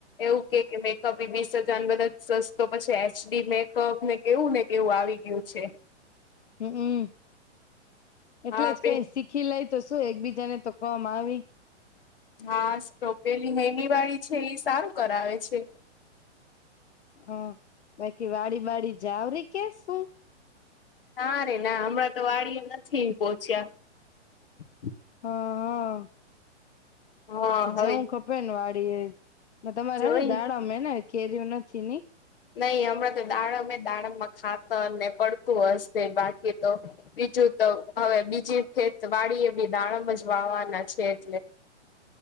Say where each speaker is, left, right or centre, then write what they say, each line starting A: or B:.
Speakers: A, on the left; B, on the left.
A: એવું કે મેકઅપ વીસ હજાર બધા સ તો પછી એચડી મેકઅપ ને કેવું ને કેવું આવી ગયું છે
B: હમમ એટલે
A: હા
B: જ
A: પે
B: કઈ શીખી લાય તો શું એકબીજાને તો કોવામાં આવી
A: હા ટોપેલી હૈમ વાળી છે એ સારું કરાવે છે
B: હ બાકી વાડી વાડી જાવરી કે શું
A: નાા રે ના હમણાં તો વાડી નથી પોહોચ્યા
B: હા હા
A: હા
B: જવું
A: હવે
B: ખપે ને વાળી તમારે
A: જોઈ
B: હજ દાડામાં ને કેરીય નથી ની
A: નહી હમણાં તો દાડમે દાડમમાં ખાતાને પડતું હશે બાકી તો બીજું તો હવે બીજી ખેત વાડી એ બી દાડમ જ વાવાના છે એટલે